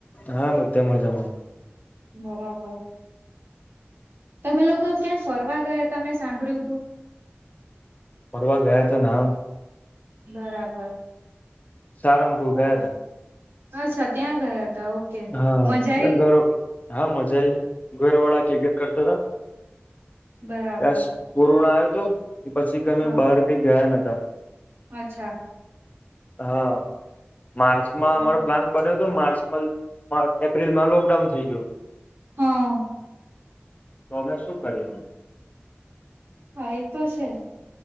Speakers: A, on the left; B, on the right.
A: હા બધા મજામાં
B: બરાબર. તમે લોકો ક્યાં ફરવા ગયા થા મેં સાંભળ્યું તું.
A: ફરવા ગયા તા નામ
B: બરાબર.
A: સારંગપુર
B: સરસ.
A: ગયા તા.
B: અચ્છા ત્યાં ગયા તા ઓકે
A: હા
B: મજા
A: એટલે
B: આઈ?
A: ઘર હા, મજા આઈ ઘરવાળા કે કે કરતા તા
B: બરાબર.
A: ત્યા કોરોના આયો તો એ પછી કસે
B: હા
A: બહાર કઈ ગયા નતા.
B: અચ્છા.
A: હા માર્ચમાં
B: હમ.
A: અમારો પ્લાન બન્યો હતો માર્ચ એપ્રિલમાં લોકડાઉન થઈ ગયું
B: હા
A: તો અમે શું કર્યું હોય
B: હા એ તો છે